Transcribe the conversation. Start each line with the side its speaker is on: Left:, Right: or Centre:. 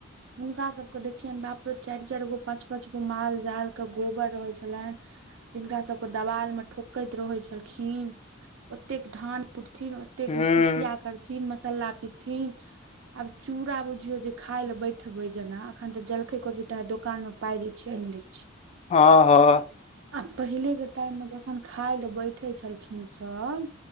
Right: हुनका सबके देखियैन बाप रे चारि चारि गो पाँच -पाँच गो माल -जाल के गोबर रहै छलैन तिनका सबके दवाल मे ठोकैत रहै छ्लखिन ओतेक धान कुटथिन कते
Left: हूं
Right: पीसिया करथिन मसाला पीसथिन आब चूड़ बुझियौ जे खाय ले बैठ ठबै जेना एखन तऽ जलखै कर छै त दोकान मे पाय देैय छियै आनि लै छियै
Left: हं हं
Right: आ पहिलेके टाइम मे जखन खाय लए बैठे छलखिन सब